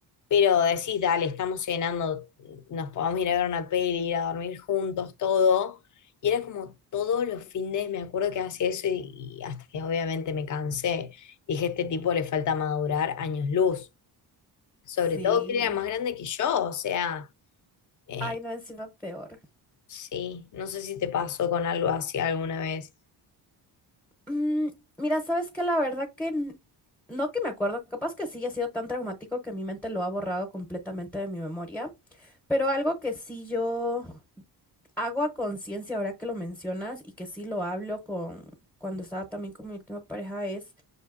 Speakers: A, on the left; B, in the centre.
A: pero decís, dale, estamos cenando, nos podemos ir a ver una peli, ir a dormir juntos, todo, y era como todos los fines, me acuerdo que hacía eso y, y hasta que obviamente me cansé, dije, este tipo le falta madurar años luz, sobre
B: sí.
A: todo que él era más grande que yo, o sea... eh,
B: Ay, no, encima peor.
A: Sí, no sé si te pasó con algo así alguna vez.
B: Mm, mira, sabes que la verdad que n- no que me acuerdo, capaz que sí ha sido tan traumático que mi mente lo ha borrado completamente de mi memoria, pero algo que sí yo hago a conciencia ahora que lo mencionas y que sí lo hablo con cuando estaba también con mi última pareja es